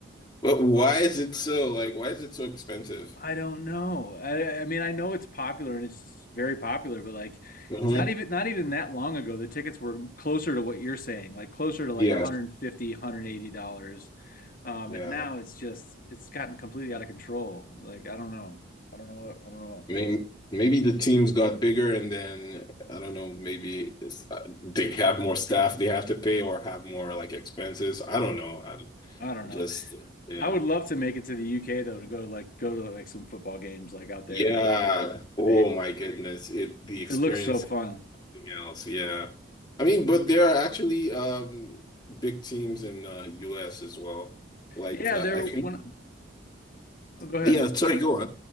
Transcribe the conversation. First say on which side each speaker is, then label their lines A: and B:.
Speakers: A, on the left; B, on the left.
A: But why
B: Like,
A: is it so like why is it so expensive?
B: I don't know. I, I mean, I know it's popular and it's very popular, but like
A: hmm
B: not even not even that long ago, the tickets were closer to what you're saying, like closer to like
A: Yeah.
B: one hundred and fifty, 180 dollars. Um,
A: Yeah.
B: and now it's just it's gotten completely out of control. Like I don't know. I don't know I don't know.
A: I mean, maybe the teams got bigger and then I don't know, maybe it's, uh, they have more staff they have to pay or have more like expenses. I don't know. I'm
B: I don't
A: just
B: know.
A: yeah.
B: I would love to make it to the UK though to go to like go to like some football games like out
A: Yeah.
B: there. Like it,
A: Oh my goodness. It the experience
B: it looks so fun.
A: Something else, yeah. I mean, but there are actually um big teams in uh US as well. Like
B: Yeah,
A: uh,
B: there
A: I think
B: when oh, go ahead.
A: yeah, sorry, go on.